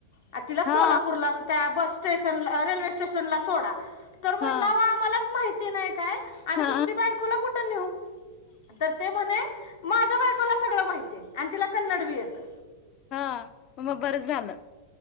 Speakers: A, on the left; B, on the left.
A: आणि तिला सोलापूरला
B: हा
A: त्या बस स्टेशन रेल्वे स्टेशनला सोडा. तर म्हंटलं
B: हा
A: अओ आम्हालाच माहिती नाही काय, आणि
B: हा
A: तुमची बायकोला कुठं निऊ. तर ते म्हणे, माझ्या बायकोला सगळं माहितीय. आणि तिला कन्नड भी येतं.
B: हा मग बरं झालं